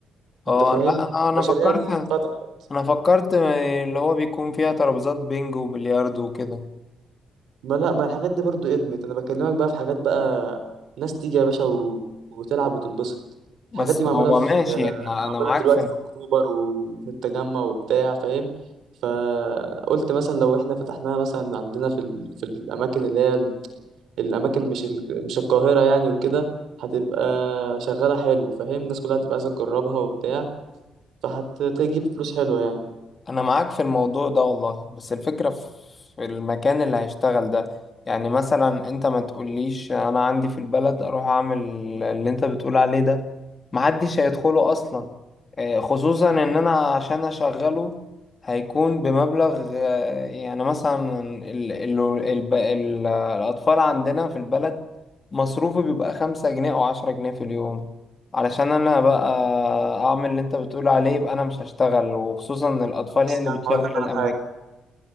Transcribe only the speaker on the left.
اه
أنا- لا
انا فكرت
انا فكرت اللي هو بيكون فيها ترابيزات بينج وبلياردو وكده
بس
هو
ماشي يعني انا
معاك
في
انا معاك في الموضوع ده والله بس الفكرة في في المكان اللي هيشتغل ده يعني مثلا انت ما تقوليش انا عندي في البلد اروح اعمل اللي انت بتقول عليه ده محدش هيدخله اصلا آه، خصوصا ان انا عشان اشغله هيكون بمبلغ آه، يعني مثلا ال ال ال ال الاطفال عندنا في البلد مصروفه بيبقى خمسة جنيه او عشرة جنيه في اليوم علشان انا بقى اعمل اللي انت بتقول عليه يبقى انا مش هشتغل وخصوصا ان الاطفال
هي اللي
بتشغل
الاماكن